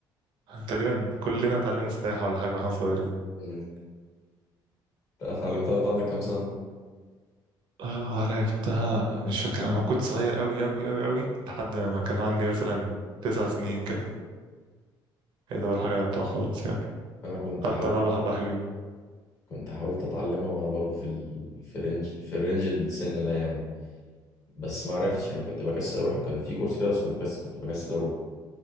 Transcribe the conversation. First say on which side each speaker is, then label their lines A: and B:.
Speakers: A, on the right; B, on the left.
A: تقريبا كلنا اتعلمنا سباحة ولا حاجة واحنا صغيرين
B: مم. انت اتعلمتها وانت عندك كام سنة؟
A: اه لعبتها مش فاكر انا كنت صغير قوي قوي قوي قوي لحد ما كان عندي مثلا تسع سنين كده هي ده اول حاجه لعبتها خالص يعني
B: انا كنت
A: حتى
B: حاولت
A: لعبه حبه
B: أتعلم.
A: حلوين
B: كنت حاولت اتعلمها وانا برضو في ال... في رينج في الرينج السن ده يعني بس ما عرفتش
A: مم.
B: يعني كنت بكسل اروح كان في كورس كده بس كنت بس كنت بكسل اروح